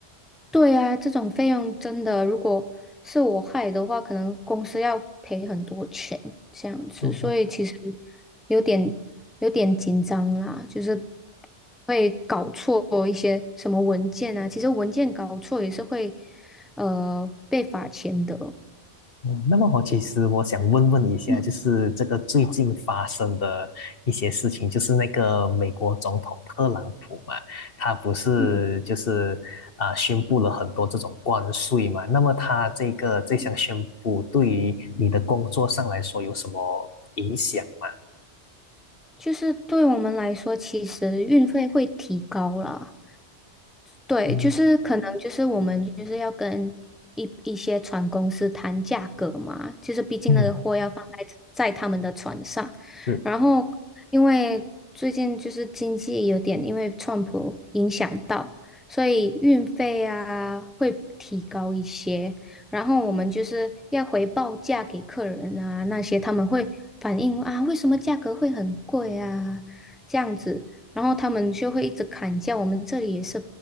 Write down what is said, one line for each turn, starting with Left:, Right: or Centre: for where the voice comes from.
Centre: 对啊，这种费用真的，如果是我害的话，可能公司要赔很多钱这样子，
Left: 嗯，
Centre: 所以其实有点有点紧张啦，就是会搞错一些什么文件啊，其实文件搞错也是会呃被罚钱的。
Left: 哦，那么我其实我想问问一下，
Centre: 嗯
Left: 就是这个最近发生的一些事情，就是那个美国总统特朗普嘛，他不是就是啊、
Centre: 嗯
Left: 宣布了很多这种关税嘛，那么他这个这项宣布对于你的工作上来说有什么影响吗？
Centre: 嗯，就是对我们来说，其实运费会提高啦。对，
Left: 嗯，
Centre: 就是可能就是我们就是要跟一一些船公司谈价格嘛，就是毕竟那个货要放在在他们的船上，
Left: 嗯，是。
Centre: 然后因为最近就是经济有点因为川普影响到，所以运费啊会提高一些，然后我们就是要回报价给客人啊那些他们会反映啊为什么价格会很贵啊这样子。然后他们就会一直砍价，我们这里也是